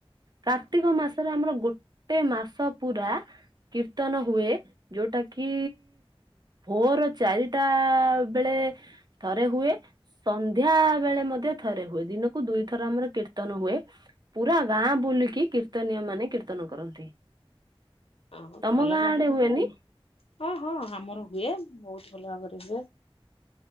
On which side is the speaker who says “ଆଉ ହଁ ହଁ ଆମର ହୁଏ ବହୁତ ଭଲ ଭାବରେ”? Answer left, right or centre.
Left